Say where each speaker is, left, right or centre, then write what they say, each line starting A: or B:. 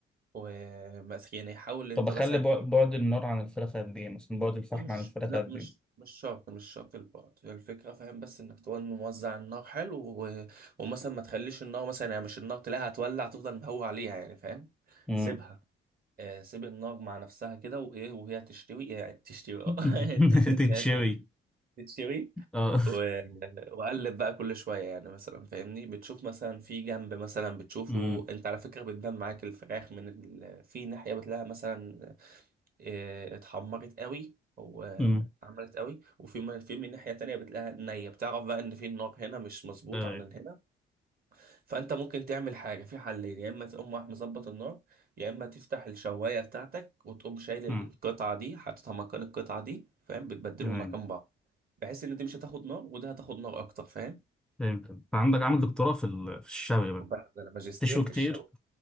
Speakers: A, on the right; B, in the centre.
A: ومثلا يعني حاول ان
B: طب
A: انت
B: اخلي
A: مثلا
B: بع- بعد النار عن الفراخ قد ايه مثلا بعد الفحم
A: ومش
B: عن الفراخ
A: لا
B: قد
A: مش
B: ايه
A: مش شرط مش شرط البعد هي الفكرة فاهم بس انك تكون موزع النار حلو و... ومثلا ما تخليش النار مثلا يعني مش النار تلاقيها هتولع تفضل مهوي عليها يعني فاهم
B: امم
A: سيبها آه سيب النار مع نفسها كده وايه وهي تشتوي يعني تشتوي اه
B: <laughs>
A: <laughs>
B: تتشوي
A: لا، ت- تشتوي
B: اه
A: و... وقلب بقى كل شويه يعني مثلا فاهمني بتشوف مثلا في جنب مثلا بتشوفه
B: امم
A: انت على فكره بتبان معاك الفراخ من ال... في ناحيه بتلاقيها مثلا آه، اتحمرت قوي او آه،
B: امم
A: عملت قوي وفي م- في من ناحيه تانية بتلاقيها نيه بتعرف بقى ان في النار هنا مش مظبوطه
B: اي
A: عن هنا فانت ممكن تعمل حاجه في حلين يا اما تقوم رايح مظبط النار يا اما تفتح الشوايه بتاعتك وتقوم شايل القطعه
B: امم
A: دي حاططها مكان القطعه دي فاهم بتبدلهم
B: تمام
A: مكان بعض بحيث ان دي مش هتاخد نار وده هتاخد نار اكتر فاهم
B: فهمت انت عندك عامل دكتوراه في ال- في الشوي بقى
A: خد بالك ده انا ماجستير
B: تشوي
A: في
B: كتير
A: الشاور